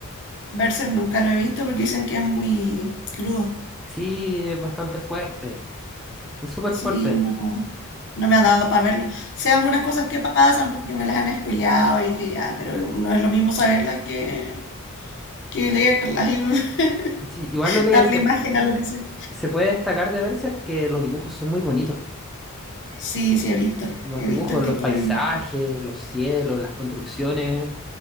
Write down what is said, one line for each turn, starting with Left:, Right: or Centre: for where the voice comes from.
Left: Berserk nunca lo he visto porque dicen que es muy crudo.
Centre: Sí, es bastante fuerte, es súper
Left: Sí,
Centre: fuerte.
Left: no, no me ha dado para verlo. Sé algunas cosas que pasan porque me las han spoileado y que ya, pero no es lo mismo saberlas que, que leerlas y <laughs>
Centre: Sí, igual lo que
Left: darle
Centre: se,
Left: imagen a lo que sé.
Centre: se puede destacar de Berserk que los dibujos son muy bonitos.
Left: Sí, sí, he visto.
Centre: Los
Left: He
Centre: dibujos,
Left: visto el tipo
Centre: los paisajes,
Left: de...
Centre: los cielos, las construcciones,